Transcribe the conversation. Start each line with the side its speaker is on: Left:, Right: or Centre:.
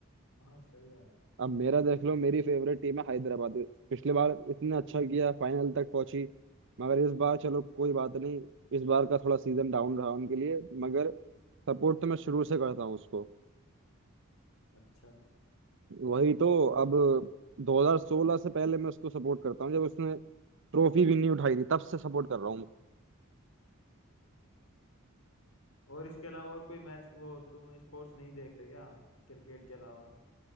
Left: हाँ सही बात
Right: अब मेरा देख लो मेरी फेवरेट टीम है हैदराबाद पिछली बार इतना अच्छा किया फाइनल तक पहुंची मगर इस बार चलो कोई बात नहीं इस बार का थोड़ा सीजन डाउन रहा उनके लिए मगर सपोर्ट तो मैं शुरू से करता हूँ उसको
Left: अच्छा
Right: वही तो अब 2016 से पहले मैं उसको सपोर्ट करता हूँ जब उसने ट्रॉफी भी नहीं उठाई थी तब से सपोर्ट कर रहा हूँ मैं
Left: और इसके अलावा और कोई मैच वो तुम स्पोर्ट्स नहीं देखते क्या क्रिकेट के अलावा